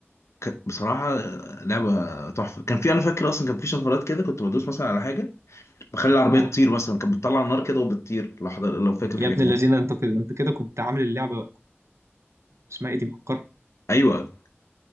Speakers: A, on the left (about 85°); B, on the right (about 75°).
A: ك- بصراحه لعبه تحفه كان في انا فاكر اصلا كان في شفرات كده كنت بدوس مثلا على حاجه بخلي العربيه
B: اه
A: تطير مثلا كانت بتطلع النار كده وبتطير لو حضر لو فاكر
B: يا
A: الحاجات
B: ابن
A: دي
B: الذين انت كده انت كده كنت عامل اللعبه اسمها ايه دي مفكرة
A: ايوه